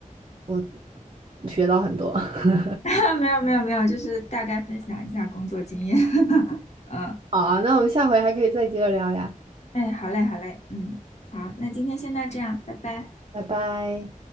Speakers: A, on the right (about 40°); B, on the left (about 50°).
A: 我学到很多 <laughs>
B: <laughs> 没有没有没有，就是大概分享一下工作经验。<laughs> 嗯，
A: 好啊，那我们下回还可以再接着聊呀，
B: 哎，好嘞好嘞，嗯，好，那今天先到这样，拜拜。
A: 拜拜。